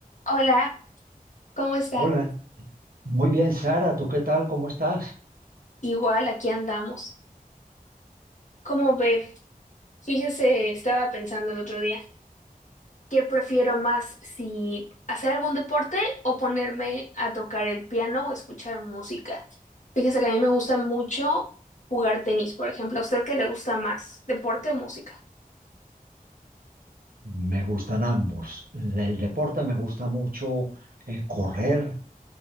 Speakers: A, on the left; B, on the right.
A: Hola, ¿cómo está?
B: Hola, muy bien, Sara, ¿tú qué tal? ¿Cómo estás?
A: Igual aquí andamos. ¿Cómo ve? Fíjese, estaba pensando el otro día, ¿qué prefiero más si hacer algún deporte o ponerme a tocar el piano o escuchar música? Fíjese que a mí me gusta mucho jugar tenis, por ejemplo. ¿A usted qué le gusta más, deporte o música?
B: Me gustan ambos. El, el deporte me gusta mucho eh, correr